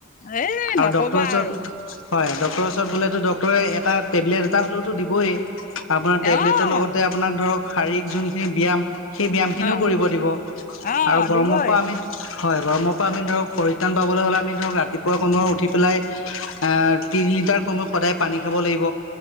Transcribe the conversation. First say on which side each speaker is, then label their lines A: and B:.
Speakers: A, on the left; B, on the left.
A: এই
B: আৰু
A: নকবা
B: ডক্টৰৰ ওচৰত।
A: আৰু
B: হয় ডক্টৰৰ ওচৰত গ'লে ডক্টৰে এটা টেবলেট এটা হ'লেও দিবৈ। আপোনাৰ টেবলেটৰ
A: অ
B: লগতে আপোনাক ধৰক শাৰীৰিক যোনখিনি ব্যয়াম। সেই ব্যায়াম খিনিও
A: অ
B: কৰিব দিব
A: অ
B: আৰু গৰমৰ
A: দিবই
B: পৰা আমি। হয় গৰমৰ পৰা আমি ধৰক পৰিত্ৰাণ পাবলৈ হ'লে আমি ধৰক ৰাতিপুৱা কোমৰ উঠি পেলাই। অ, তিনি লিটাৰ কমে সদায় পানী খাব লাগিব।